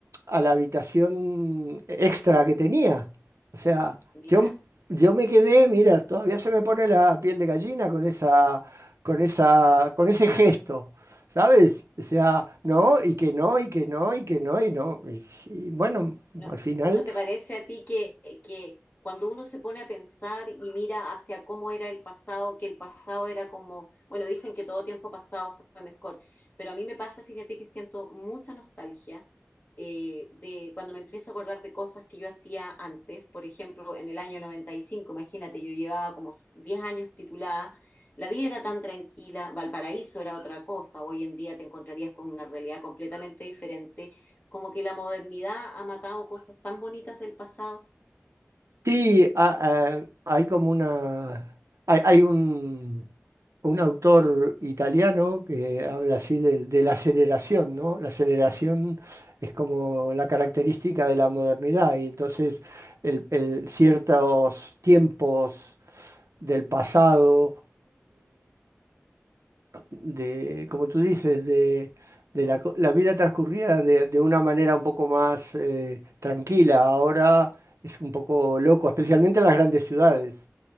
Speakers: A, on the right; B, on the left.
A: a la habitación extra que tenía. O sea,
B: mira.
A: yo, yo me quedé, mira, todavía se me pone la piel de gallina con esa, con esa, con ese gesto, ¿sabes? O sea, no, y que no, y que no, y que no, y no. y y bueno,
B: ¿No,
A: al final.
B: no te parece a ti que, que cuando uno se pone a pensar y mira hacia cómo era el pasado, que el pasado era como, bueno, dicen que todo tiempo pasado fue mejor, pero a mí me pasa, fíjate que siento mucha nostalgia eh, de cuando me empiezo a acordar de cosas que yo hacía antes, por ejemplo, en el año 95, imagínate, yo llevaba como 10 años titulada. La vida era tan tranquila, Valparaíso era otra cosa, hoy en día te encontrarías con una realidad completamente diferente como que la modernidad ha matado cosas tan bonitas del pasado.
A: Sí, a- a- hay como una. Hay, hay un, un autor italiano que habla así de, de la aceleración, ¿no? La aceleración es como la característica de la modernidad, y entonces el, el- ciertos tiempos del pasado, de, como tú dices, de, de la, co- la vida transcurrida de, de una manera un poco más eh, tranquila. Ahora es un poco loco, especialmente en las grandes ciudades.